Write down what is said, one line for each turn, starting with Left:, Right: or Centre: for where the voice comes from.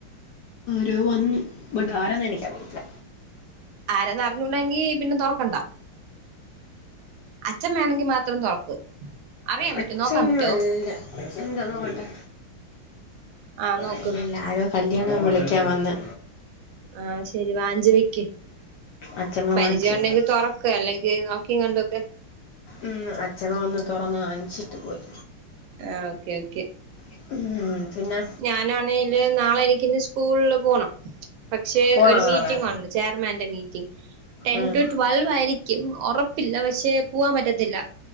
Left: നൊ വന്നു ബട്ട് ആരന്ന് എനിക്കറിയില്ല
Right: ആരന്ന അറിഞ്ഞുണ്ടെങ്കി പിന്നെ തുറക്കണ്ട അച്ഛൻ വേണെങ്കി മാത്രം തുറക്ക് അറിയാൻ പറ്റോ
Left: അച്ചൻ
Right: നോക്കാൻ പറ്റോ
Left: അല്ല ന്താ നോക്കട്ടെ
Right: ആഹ് നോക്ക്
Left: അല്ലല്ല ആരോ കല്ല്യാണം വിളിക്കാൻ വന്ന്
Right: ആ ശരി വാങ്ചി വെക്ക്
Left: അച്ഛമ്മ
Right: പരിചയൊണ്ടെങ്കി
Left: വാങ്ങിച്ച്
Right: തൊറക്ക് അല്ലെങ്കി ന്നോക്കിം കണ്ടൊക്കെ
Left: ഉം അച്ചമ്മ വന്ന് തൊറന്ന് ആൻച്ചിട്ട് പോയി
Right: ആ ഓക്കെ ഓക്കെ
Left: ഉം പിന്നെ
Right: ഞാനാണേല് ന്നാളെ എനിക്കി ൻ്റ് സ്കൂൾള് പോണം പക്ഷെ
Left: പോണോ
Right: ഒരു മീറ്റിങ്
Left: നാളെ
Right: ഉണ്ട് ചെയർമാന്റെ മീ ട്ടൻറ്റു
Left: ഉം
Right: റ്റുവൽവ് ആയിരിക്ക് ക്ക്‌ ഒറപ്പില്ല പക്ഷെ പൂവാൻ പറ്റത്തില്ല